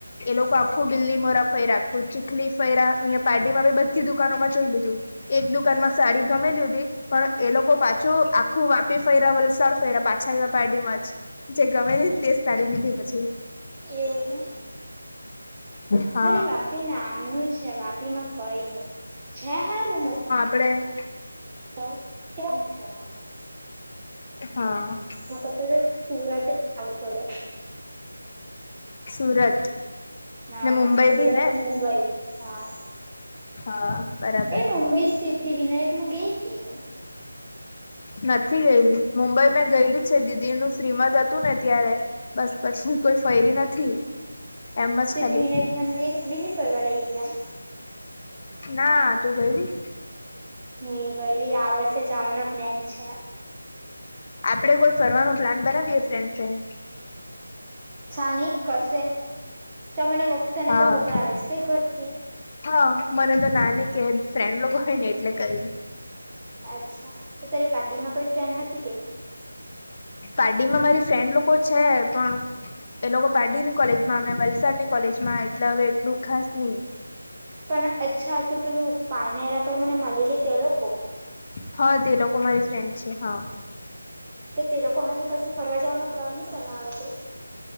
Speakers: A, on the left; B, on the right.
A: એ લોકો
B: હમ
A: આખું બીલીમોરા ફયરા. તો ચીખલી ફયરા પારડી માં બી બધી દુકાનોમાં જોઈ લીધું એક દુકાનમાં
B: હમ
A: સાડી ગમેલી હુતી પણ એ
B: હમ
A: લોકો પાછું આખું વાપી ફયરા, વલસાડ ફયરા પાછા આયવા પારડીમાં જ જે ગમેલી ને તે જ સાડી લીધી પછી
B: એવું કે
A: હા
B: ખાલી વાપી નામનું છે વાપી માં કઈ નહી છે હારું મ
A: આપણે
B: તો કે છે આમ
A: હા.
B: એના કરતા તે સુરત જ હારુ પડે.
A: સુરત
B: હા
A: ને મુંબઈ
B: સુરત
A: બી ને
B: મુુંબઈ હા.
A: હા બરા
B: એ મુંબઈ સિદ્ધિવિનાયક માં ગઈ કે ની?
A: નથી ગય હજુ મુંબઈ મેં ગયેલી છે દીદી નું શ્રીમત હતું ને ત્યારે. બસ પછી કોઈ ફયરી નથી. એમ જ
B: સિદ્ધિવિનાયક
A: ખાલી
B: મંદિર બી ની ફરવા લઈ ગયા.
A: ના તું ગયલી?
B: ની ગયલી આ વર્ષે જાવાનો પ્લેન છે.
A: આપડે કોઈ ફરવાનો પ્લાન બનાવીએ ફ્રેન્ડ ફ્રેન્ડ.
B: ચાલની કશે તમે તો તને
A: હા
B: તો મોકલાવે જ કે ઘરથી.
A: હા મને તો ના ની કેય ફ્રેન્ડ લોકો હોય ને એટલે કઈ ની.
B: અચ્છા તો તારી પારડી માં કોઈ ફ્રેન્ડ હતી કે નહી?
A: પારડી માં મારી ફ્રેન્ડ લોકો છે પણ એ લોકો પારડીની કોલેજમાં મે વલસાડની કોલેજમાં એટલે હવે એટલું ખાસ ની.
B: પણ અચ્છા તું પેલું પારનેરા પર મને મળલી તે લોકો
A: હા તે લોકો મારી ફ્રેન્ડ છે હા.
B: કે તે લોકો હાથે કસે ફરવા જવાનો પ્લાન ની બનાવે તું?